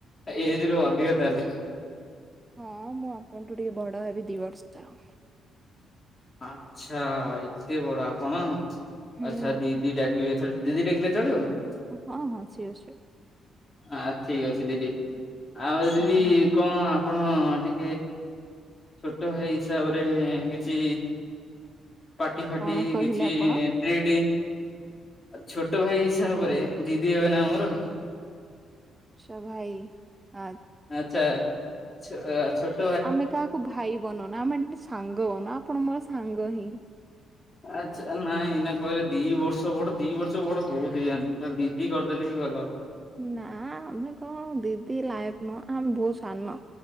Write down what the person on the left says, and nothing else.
ଏଜରୁ ଅଧିକ ତାହେଲେ?
ଆଚ୍ଛା ଏତେ ବଡ ଆପଣ ଆଚ୍ଛା
ଦିଦି ଡା <unintelligible> ଦିଦି ଡାକିଲେ ଚଳିବ?
ଆ ଠିକ ଅଛି ଦିଦି। ଆଉ ଦିଦି
କଣ ଆପଣ ଟିକେ ଛୋଟ ଭାଇ ହିସାବରେ କିଛି ପାଟି ଫାଟି
କିଛି
ଟ୍ରିଟ ଆଉ ଛୋଟ ଭାଇ ହିସାବରେ ଦିଦି ହେବେ ନା ମୋର।
ଆଚ୍ଛା ଛୋ ଛୋ
ଆଚ୍ଛା ନାଇଁ ଏଇନା କହିଲେ ଦି ବର୍ଷ ବଡ ଦି ବର୍ଷ ବଡ ବହୁତ ହେଇଯାଆନ୍ତି। ଦିଦି କରିଦେଲେ ହିଁ ଭଲ।